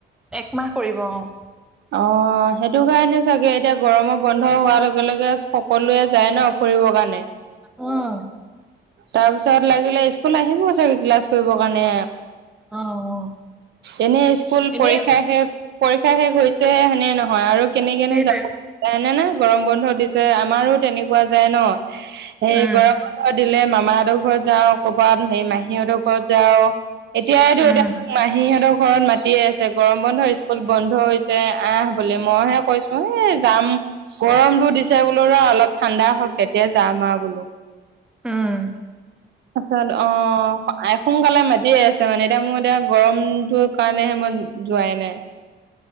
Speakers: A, in the centre; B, on the right.
A: একমাহ কৰিব অ',।
B: অ', সেইটো কাৰণে চাগে এতিয়া গৰমৰ বন্ধ হোৱাৰ লগে লগে সকলোৱে যায় ন। কৰিব কাৰণে।
A: অ',।
B: তাৰ পিছত লাগিলে স্কুল আহিব চাগে ক্লাছ কৰিবৰ কাৰণে।
A: অ অ
B: এনেই স্কুল
A: এনে
B: পৰীক্ষা শেষ পৰীক্ষা শেষ হৈছেহে সেনে নহ হয় আৰু কেনেকনো
A: সেইটোৱে
B: যাবনে না গৰম বন্ধ দিছে আমাৰো তেনেকুৱা যায় ন। সেই
A: উম
B: গৰম দিলে মামাহঁতৰ ঘৰত যাওঁ কৰ'ৰবাত হেৰি মাহীঁতৰ ঘৰত যাওঁ। এতিয়ো এতিয়া
A: উম
B: ম মাহী সহঁতক ঘৰত মাতিয়ে আছে গৰম বন্ধ স্কুল বন্ধ হৈছে আহ বুলি মইহে কৈছোঁ এই যাম গৰমটোো দিছে বোলো ৰ অলপ ঠাণ্ডা হওক তেতিয়া যাম আৰু বোলো
A: উম
B: তাৰছত অ সোনকালে মাতি আছে মানে এতিয়া মোৰ এতিয়া গৰমটোৰ কাৰণেহে মই যোৱাই নাই